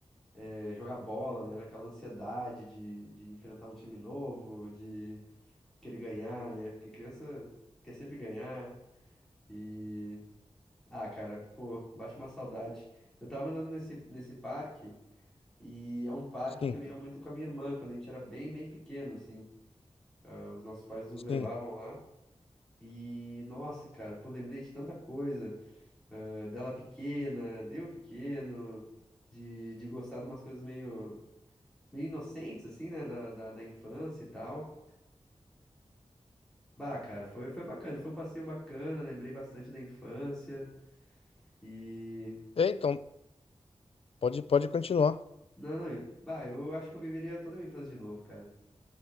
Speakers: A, in the centre; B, on the left.
A: eh, jogar bola, né? Era aquela ansiedade de, de enfrentar um time novo, de querer ganhar, né? Porque criança quer sempre ganhar. E. Ah, cara, pô, bate uma saudade. Eu tava andando nesse, nesse parque, e é um parque
B: sim,
A: que eu ia muito com a minha irmã, quando a gente era bem, bem pequeno, assim. Ah, os nossos pais nos
B: sim.
A: levavam lá. E nossa, cara, pô, lembrei de tanta coisa, ah, dela pequena, de eu pequeno, de, de gostar de umas coisas meio, meio inocentes, assim, né, da, da, da infância e tal. Bah, cara, foi, foi bacana, foi um passeio bacana, lembrei bastante da infância e.
B: É, então, pode, pode continuar.
A: Não, não, e, bah, eu acho que eu viveria toda a minha infância de novo, cara.